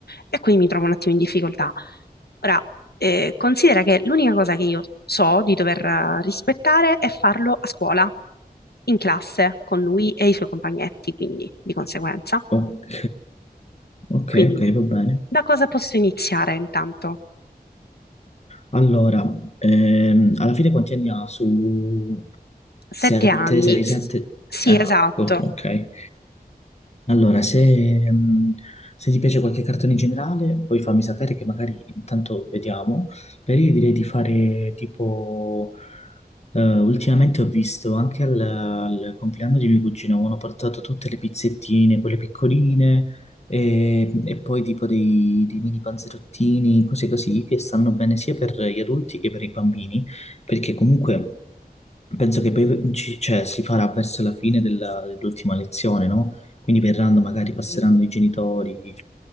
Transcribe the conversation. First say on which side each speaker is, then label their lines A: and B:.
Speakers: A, on the left; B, on the left.
A: e quindi mi trovo un attimo in difficoltà. Ora, eh, considera che l'unica cosa che io so di dover eh, rispettare è farlo a scuola, in classe, con lui e i suoi compagnetti, quindi di conseguenza.
B: ok, ok,
A: Quindi,
B: ok, va bene.
A: da cosa posso iniziare intanto?
B: Allora, ehm, alla fine quanti anni ha su
A: Sette
B: 7,
A: anni.
B: 6,
A: S-
B: 7?
A: Sì,
B: Ecco,
A: esatto.
B: ok. Allora, se, mh, se ti piace qualche cartone in generale, poi fammi sapere che magari intanto vediamo. Per io direi di fare tipo... eh, ultimamente ho visto anche al, al compleanno di mio cugino, avevano portato tutte le pizzettine, quelle piccoline, e, e poi tipo dei, dei mini panzerottini, cose così, che stanno bene sia per gli adulti che per i bambini, perché comunque... Penso che poi ci- cioè, si farà verso la fine della- dell'ultima lezione, no? Quindi verranno, magari passeranno
A: Sì,
B: i genitori,